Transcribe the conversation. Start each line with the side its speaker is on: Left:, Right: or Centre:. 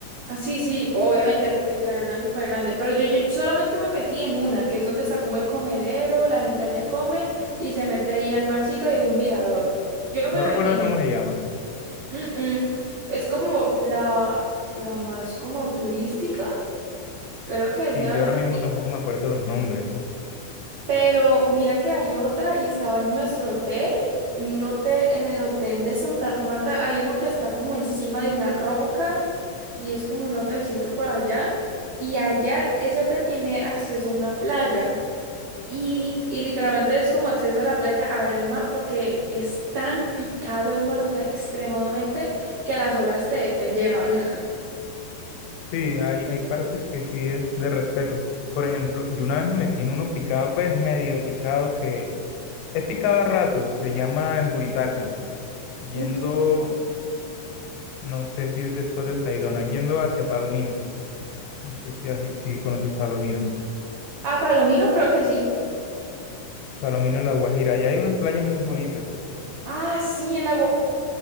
Right: Ah, sí, sí, obviamente, porque el taberna es súper grande, pero yo, yo solamente me metí en una, que es donde está como el comedero, la gente allá come y se mete ahí al marcito y hay un mirador. Yo me
Left: No
Right: metí
Left: recuerdas
Right: en
Left: cómo
Right: esa.
Left: se llama.
Right: Mm, mm. Es como la, la más como turística, creo que
Left: Sí,
Right: allá
Left: yo ahora
Right: me
Left: mismo tampoco me acuerdo los nombres.
Right: Pero mira que hay otra y estaba en nuestro hotel, en un hotel, en el hotel de Santa Marta, hay uno que está como encima de una roca y es como un hotelcito por allá y allá ese hotel tiene acceso a una playa y, y literalmente es como acceso a la playa a ver el mar porque es tan picado el mar, o sea, extremadamente que las olas te, te llevan.
Left: Sí, hay, hay partes que sí es de respeto. Por ejemplo, yo una vez me metí en uno picado, pues medio picado, que es picado a ratos, se llama Emburitaca, yendo,
Right: Ujú. <laughs>
Left: no sé si es después del Tayrona, yendo hacia Palomino. No sé si, si conoces Palomino.
Right: A Palomino creo que sí.
Left: Palomino en La Guajira, allá hay unas playas muy bonitas.
Right: Ah, sí, en la